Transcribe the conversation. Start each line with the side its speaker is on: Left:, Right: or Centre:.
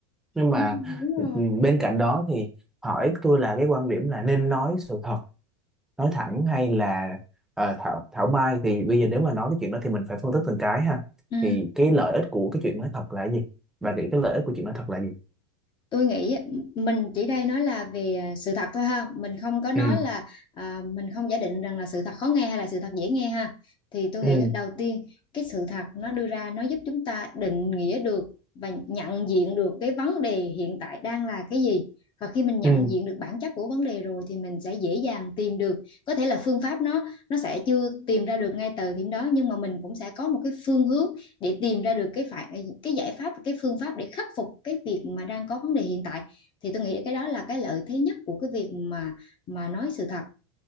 Centre: nhưng mà
Left: đúng, đúng rồi
Centre: ừ, bên cạnh đó thì hỏi tôi là cái quan điểm là nên nói sự thật nói thẳng hay là ờ, thảo thảo mai thì bây giờ nếu mà nói cái chuyện đó thì mình phải phân tích từng cái ha
Left: ừ
Centre: thì cái lợi ích của cái chuyện nói thật là cái gì bà nghĩ cái lợi ích của chuyện nói thật là gì
Left: tôi nghĩ mình chỉ đây nói là về à, sự thật thôi ha mình không có nói
Centre: ừ
Left: là à, mình không giả định rằng là sự thật khó nghe hay là sự thật dễ nghe ha thì tôi
Centre: ừ
Left: nghĩ đầu tiên cái sự thật nó đưa ra nó giúp chúng ta định nghĩa được và nhận diện được cái vấn đề hiện tại đang là cái gì và khi mình nhận
Centre: ừ
Left: diện được bản chất của vấn đề rồi thì mình sẽ dễ dàng tìm được có thể là phương pháp nó nó sẽ chưa tìm ra được ngay từ điểm đó nhưng mà mình cũng sẽ có một cái phương hướng để tìm ra được cái phải cái giải pháp và cái phương pháp để khắc phục cái việc mà đang có vấn đề hiện tại thì tôi nghĩ cái đó là cái lợi thế nhất của cái việc mà mà nói sự thật